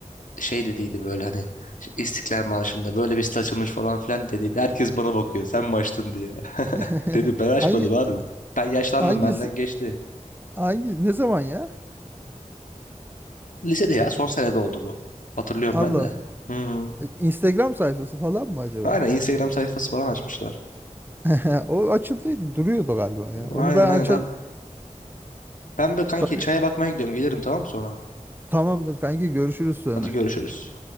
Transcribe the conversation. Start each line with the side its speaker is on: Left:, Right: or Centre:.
Left: şey dediydi böyle hani işte İstiklal Marşı'nda böyle bir site açılmış falan filan dediydi. Herkes bana bakıyor sen mi açtın diye.
Right: <laughs>
Left: <laughs> Dedim ben açmadım
Right: Hangi
Left: abi. Ben yaşlandım
Right: hangisi
Left: benden geçti.
Right: hangi ne zaman ya?
Left: Lisede ya son senede oldu bu. Hatırlıyorum
Right: Allah.
Left: ben de. Hı.
Right: E, Instagram sayfası falan mı acaba?
Left: Aynen Instagram sayfası falan açmışlar.
Right: <laughs> O açıldıydı, duruyordu galiba ya. Onu
Left: Aynen
Right: ben
Left: aynen
Right: açan
Left: abi. Ben böyle kanki
Right: tanı-
Left: çaya bakmaya gidiyorum. Gelirim tamam mı sonra?
Right: Tamamdır kanki görüşürüz sonra.
Left: Hadi görüşürüz.